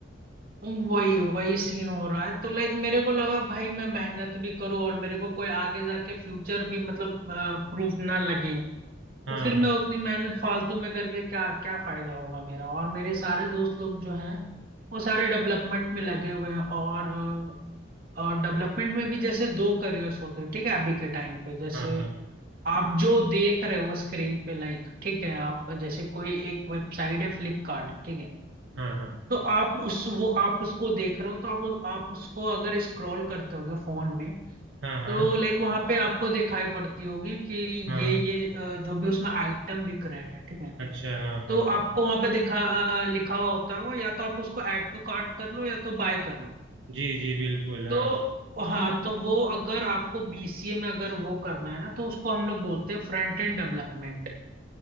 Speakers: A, on the right; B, on the right.
A: वही वही सीन हो रहा है तो लाइक मेरे को लगा भाई मैं मेहनत भी करूँ और मेरे को कोई आगे जाके फ्यूचर भी मतलब प्रूफ ना लगे
B: हाँ
A: तो फिर मैं
B: हाँ
A: उतनी मेहनत फालतू में करके क्या क्या फायदा होगा मेरा और मेरे सारे दोस्त लोग जो हैं वो सारे डेवलपमेंट में लगे हुए हैं और अ, और डेवलपमेंट में भी जैसे दो करियर्स होते हैं ठीक है अभी के टाइम पे जैसे
B: हाँ हाँ
A: आप जो देख रहे हो स्क्रीन पे लाइक ठीक है आप जैसे कोई एक वेबसाइट है फ्लिपकार्ट ठीक है
B: हाँ
A: तो आप उस वो आप उसको देख रहे हो तो आप उस- आप उसको अगर स्क्रॉल करते होगे फोन में
B: हाँ हाँ हाँ
A: तो लाइक वहां पे आपको दिखाई पड़ती होगी कि
B: हाँ
A: ये ये अ, जो भी उसमें आइटम बिक रहे हैं ठीक है
B: अच्छा हाँ हाँ
A: तो आपको वहां पे दिखा अ, लिखा हुआ होता होगा या तो आप उसको ऐड टू कार्ट कर लो या तो बाय कर लो
B: जी जी बिल्कुल हाँ
A: तो हाँ तो वो अगर आपको बीसीए में अगर वो करना है ना तो उसको हम लोग बोलते हैं फ्रंट एंड डेवलपमेंट